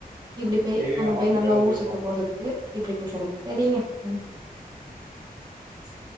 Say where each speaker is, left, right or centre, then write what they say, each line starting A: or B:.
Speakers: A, on the right (about 30°); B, on the right (about 80°).
A: இப்படி பேய்
B: சரிங்க
A: அங்க
B: நம்ம
A: போய்
B: அடுத்த
A: நல்லா
B: கால்ல
A: ஊர்
B: பேசுவோம்.
A: சுத்த போறதுக்கு இப்படி பேசறது சரிங்க உம் இஷ்